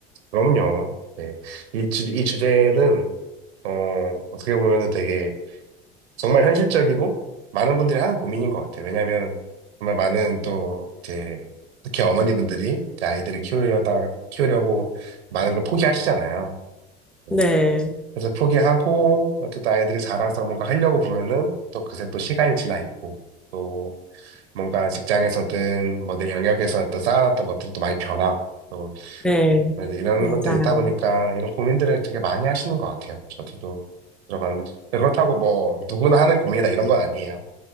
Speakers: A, on the right; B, in the centre.
A: 그럼요. 네. 이, 주, 이 주제는, 어, 어떻게 보면은 되게 정말 현실적이고 많은 분들이 하는 고민인 것 같아요. 왜냐면 정말 많은 또, 이제, 특히 어머니분들이 이제 아이들을 키우려다, 키우려고 많은 걸 포기하시잖아요. 음,
B: 네,
A: 그래서 포기하고, 어쨌든 아이들이 자라서 뭔가 하려고 보면은 또 그새 또 시간이 지나 있고, 또... 뭔가 직장에서든 뭐 내 영역에서 어떤 쌓아놨던 것들도 많이 변하고 또
B: 네,
A: 이런
B: 맞아요.
A: 것들이 있다 보니까 이런 고민들을 되게 많이 하시는 것 같아요. 저도 좀 들어봤는데 근데 그렇다고 뭐 누구나 하는 고민이다 이런 건 아니에요.